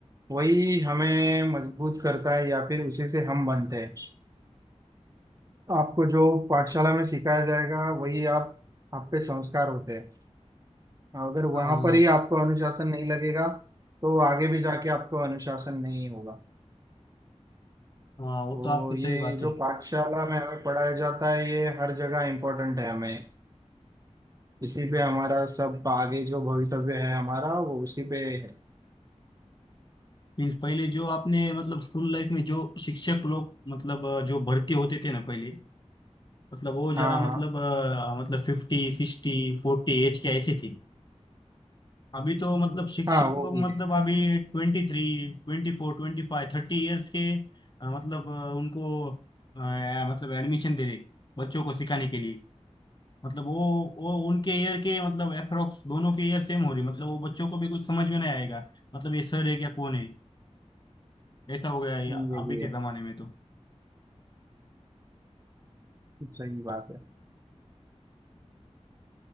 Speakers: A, on the right; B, on the left.
A: वही हमें मजबूत करता है या फिर उसी से हम बनते हैं आपको जो पाठशाला में सिखाया जाएगा वही आप आप पे संस्कार होते हैं अगर
B: हाँ
A: वहां पर ही आपको अनुशासन नहीं लगेगा तो आगे भी जाके आपको अनुशासन नहीं होगा
B: हाँ, वो
A: तो
B: तो आपकी
A: ये
B: सही बात
A: जो
B: है
A: पाठशाला में हमें पढ़ाया जाता है ये हर जगह इम्पोर्टेंट है हमें इसी पे हमारा सब आगे जो भवितव्य है हमारा वो उसी पे है
B: मीन्स पहले जो आपने मतलब स्कूल लाइफ में जो शिक्षक लोग मतलब अ, जो भर्ती होते थे ना पहले मतलब वो जरा
A: हाँ
B: मतलब
A: हाँ
B: अ, मतलब फिफ्टी सिक्सटी फोर्टी एज के ऐसे थे अभी तो मतलब शिक्षक
A: हाँ वो
B: लोग
A: भी
B: मतलब
A: है
B: अभी ट्वेंटी थ्री ट्वेंटी फोर ट्वेंटी फाइव थर्टी ईयर्स के अ, मतलब अ, उनको अ, मतलब एडमिशन दे रहे बच्चों को सिखाने के लिए मतलब वो वो उनके ईयर के मतलब अप्रोक्स दोनों के ईयर सेम हो रही मतलब वो बच्चों को भी कुछ समझ में नहीं आएगा मतलब ये सर है क्या कौन है ऐसा हो गया है
A: ये
B: अभी
A: भी
B: के
A: है
B: जमाने में तो
A: सही बात है